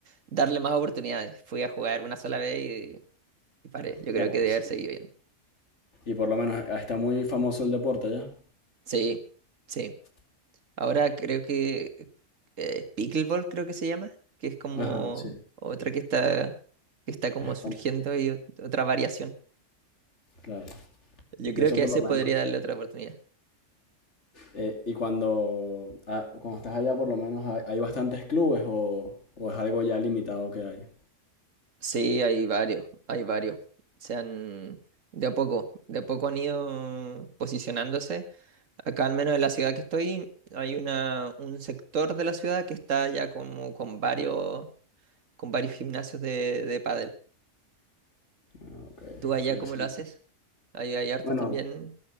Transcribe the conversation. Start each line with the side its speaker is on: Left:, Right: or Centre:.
Right: darle más oportunidades. Fui a jugar una sola vez y, y paré. Yo creo
Left: Claro,
Right: que debe
Left: sí.
Right: haber seguido bien.
Left: Y por lo menos ah, está muy famoso el deporte allá.
Right: Sí, sí. Ahora creo que eh, Pickleball creo que se llama, que es como
Left: Ajá, sí.
Right: otra que está, que está como
Left: Es
Right: surgiendo
Left: fam-
Right: y ot- otra variación.
Left: Claro.
Right: Yo
Left: Y
Right: creo
Left: eso
Right: que
Left: por
Right: a ese
Left: lo menos.
Right: podría darle otra oportunidad.
Left: eh, y cuando, ah, cuando estás allá por lo menos hay, hay bastantes clubes o, o es algo ya limitado que hay.
Right: Sí, hay varios, hay varios. Se han, de a poco, de a poco han ido posicionándose. Acá, al menos en la ciudad que estoy, hay una, un sector de la ciudad que está ya como con varios, con varios gimnasios de, de pádel.
Left: Ah, ok.
Right: ¿Tú allá
Left: Entonces
Right: cómo
Left: sí.
Right: lo haces? Ahí hay hartos
Left: Bueno,
Right: también.